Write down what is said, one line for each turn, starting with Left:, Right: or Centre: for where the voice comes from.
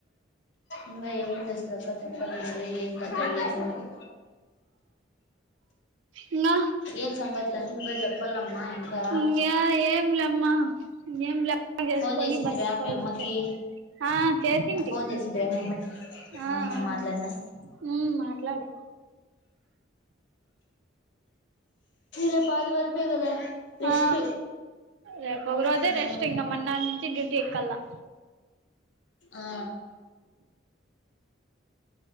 Left: ఇంకా ఏమేం చేస్తుందక్క చెప్పాలే ఏం కథ ఏం ఉంది
Right: ఇంగ
Left: ఏం సంగతులు అన్న నువ్వే చెప్పాలమ్మా ఇంకా
Right: ఇంగా ఏం లేమ్మా ఏం లే చేసుకొని
Left: ఫోన్ చేసింటివా
Right: బతుక్కోవాలంతే
Left: మీ అమ్మకి
Right: ఆ చేసింటి
Left: ఫోన్ చేసింటివా మీ అమ్మకి
Right: ఆ
Left: ఆహా
Right: ఆ
Left: మాట్లాడినా
Right: ఉమ్ మాట్లాడు
Left: రేపు ఆదివారం గాధ రెస్ట్
Right: ఆ రేపు ఒక రోజే
Left: హా
Right: రెస్ట్ ఇంగ మన్నాటి నుంచి డ్యూటీ ఎక్కల్లా
Left: ఆ